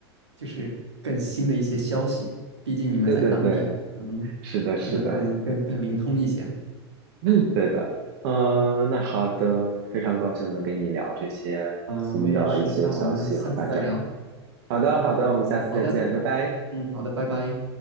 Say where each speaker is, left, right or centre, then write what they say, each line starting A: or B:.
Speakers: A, on the right; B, on the right.
A: 就是更新的一些消息。毕竟你们在当地，
B: 对对对，
A: 嗯，
B: 是的，是的。
A: 可能更更更灵通一些。
B: <laughs> 对的，嗯，那好的，非常高兴能跟你聊这些新的一些消息和发展。
A: 嗯、我也是。那我们下次再聊。
B: 好的，好的，我们下次再见，
A: 好的，
B: 拜拜。
A: 嗯，好的，拜拜。